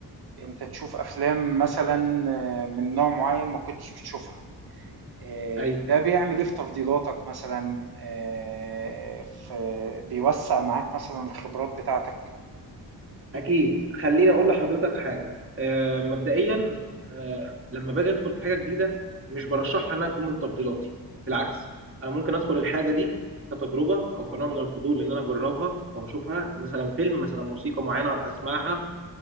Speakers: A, on the right; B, on the right.
A: انت تشوف افلام مثلا آه، من نوع معين ما كنتش بتشوفها آه،
B: ايوه
A: ده بيعمل ايه في تفضيلاتك مثلا آه، في بيوسع معاك مثلا الخبرات بتاعتك
B: اكيد خليني اقول لحضرتك حاجه آه، مبدئيا آه، لما باجي ادخل في حاجه جديده مش برشحها انها تكون من تفضيلاتي بالعكس انا ممكن ادخل الحاجه دي كتجربه او كنوع من الفضول ان انا اجربها او اشوفها مثلا فيلم مثلا موسيقى معينه اسمعها